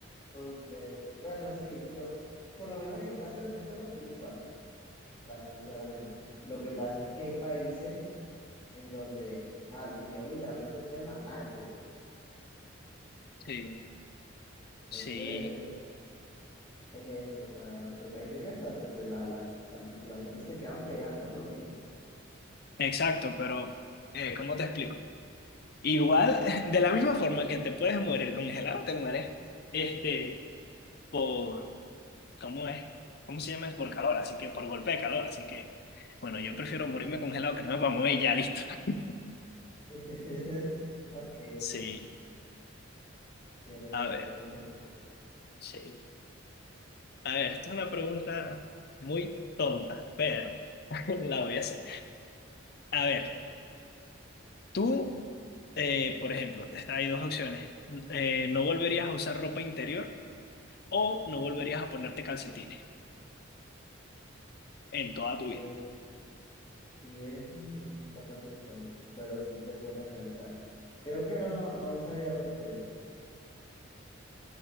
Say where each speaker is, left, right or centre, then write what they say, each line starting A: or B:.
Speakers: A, on the left; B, on the left.
A: Ok, bueno, sí, yo, por lo menos en el caso de Venezuela, opino igual, o sea, sinceramente. Lo que pasa es que hay países en donde ah, el frío literalmente puede matarte.
B: Sí, sí,
A: Entonces, es eso, o sea, hay países que hasta se te- la- las articulaciones te quedan pegadas por lo mismo.
B: exacto, pero eh, ¿cómo te explico? Igual, <laughs> de la misma forma que te puedes morir congelado, te mueres este, por, ¿cómo es? ¿Cómo se llama? Es por calor, así que por golpe de calor, así que, bueno, yo prefiero morirme congelado que no me pueda mover y ya, listo. <laughs>
A: <laughs> Ok,
B: Sí,
A: tiene,
B: a ver,
A: tiene sentido.
B: sí. A ver, esta es una pregunta muy tonta, pero <laughs> la voy a hacer. A ver, tú, eh, por ejemplo, hay dos opciones. Eh, no volverías a usar ropa interior o no volverías a ponerte calcetines en toda
A: Ok,
B: tu vida.
A: sí, es mm, bastante tonto, pero sí te pone a pensar. Creo que no, no usaría ropa interior.